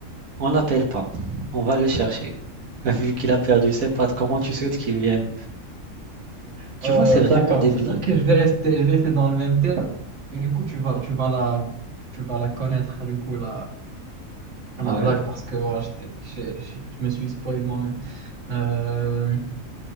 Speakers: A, on the right; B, on the right.
A: On l'appelle pas. On va le chercher. <laughs> Vu qu'il a perdu ses pattes, comment tu souhaites qu'il vienne? Tu
B: euh,
A: vois, c'est
B: d'accord.
A: vraiment des
B: <laughs>
A: blagues.
B: Ok, je vais rester, je vais rester dans le même thème. Mais du coup, tu vas, tu vas la, tu vas la connaître, du coup, la, la
A: Ouais,
B: blague, parce que voilà, je, t'ai- je- je- je me suis spoilé moi-même. Euh,